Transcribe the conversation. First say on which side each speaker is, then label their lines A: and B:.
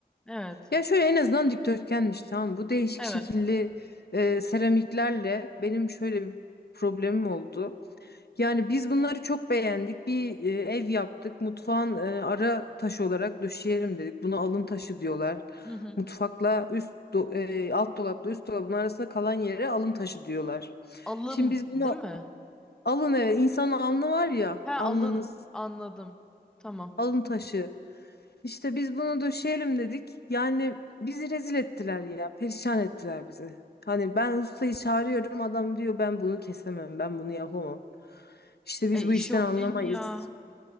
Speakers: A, in the centre; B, on the left (about 75°).
A: Evet
B: Ya şöyle en azından dikdörtgenmiş tamam. Bu değişik
A: evet.
B: şekilli e, seramiklerle benim şöyle bir problemim oldu. Yani biz bunları çok beğendik. Bir e, ev yaptık. Mutfağın e, ara taşı olarak döşeyelim dedik. Buna alın taşı diyorlar.
A: Hı hı.
B: Mutfakla üst do- e, alt dolapla üst dolabın arasında kalan yere alın taşı diyorlar.
A: Alım
B: Şimdi biz bunu
A: değil mi?
B: alın evet insanın alnı var ya
A: He alın
B: alnımız.
A: anladım. Tamam.
B: <laughs> Alın taşı. İşte biz bunu döşeyelim dedik. Yani bizi rezil ettiler ya. Perişan ettiler bizi. Hani ben ustayı çağırıyorum adam diyor ben bunu kesemem ben bunu yapamam. İşte biz
A: E
B: bu
A: işi
B: işten
A: o
B: anlamayız.
A: değil mi ya?